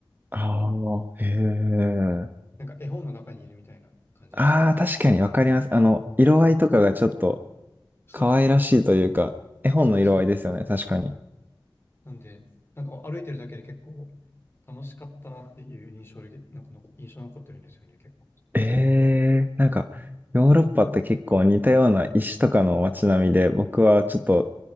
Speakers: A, on the right; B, on the left.
A: ああ、へえ。
B: なんか絵本の中にいるみたいな感じでしたね、
A: ああ、
B: 自分。
A: 確かにわかります。あの、色合いとかがちょっと
B: それ、
A: 可愛らしいというか、絵本の色合いですよね。
B: それ、それ。
A: 確かに。
B: なんで、なんか歩いてるだけで結構楽しかったなっていう印象で、なんかの印象に残ってるんですよね、結構。
A: ええ、なんか、ヨーロッパって結構似たような石とかの街並みで、僕はちょっと
B: そう